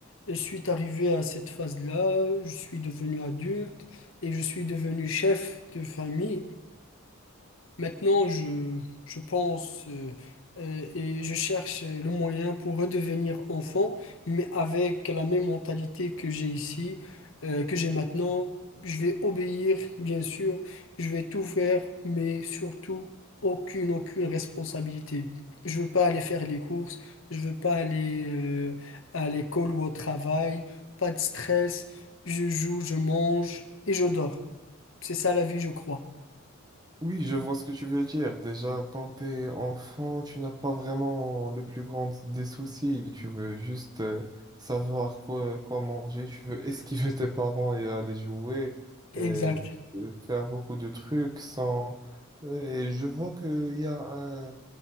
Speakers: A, on the left (about 65°); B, on the right (about 20°).
A: je suis arrivé à cette phase-là, je suis devenu adulte et je suis devenu chef de famille. Maintenant, je, je pense euh, euh, et je cherche euh, le moyen pour redevenir enfant, mais avec la même mentalité que j'ai ici, euh, que j'ai maintenant. Je vais obéir, bien sûr, je vais tout faire, mais surtout, aucune, aucune responsabilité. Je veux pas aller faire les courses, je veux pas aller euh, à l'école ou au travail, pas de stress, je joue, je mange et je dors. C'est ça la vie, je crois.
B: Oui, je vois ce que tu veux dire. Déjà, quand t'es enfant, tu n'as pas vraiment le plus grand des soucis. Tu veux juste euh, savoir quoi, quoi manger. Tu veux esquiver tes parents et aller jouer
A: Exact.
B: et euh, faire beaucoup de trucs sans... Et je vois qu'il y a un,